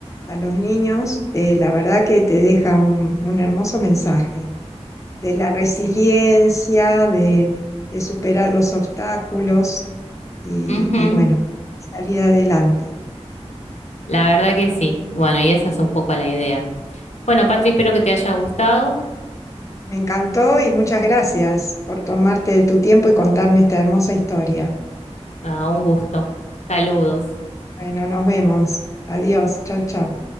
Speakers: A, on the left; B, on the left.
A: a los niños, eh, la verdad que te deja un, un hermoso mensaje de la resiliencia,
B: sí.
A: de, de superar los obstáculos y,
B: Ujú.
A: y bueno, salir adelante.
B: La verdad que sí. Bueno, y esa es un poco la idea. Bueno, Patri, espero que te haya gustado.
A: Me encantó y muchas gracias por tomarte tu tiempo y contarme esta hermosa historia.
B: Ah, un gusto. Saludos.
A: Bueno, nos vemos. Adiós. Chau, chau.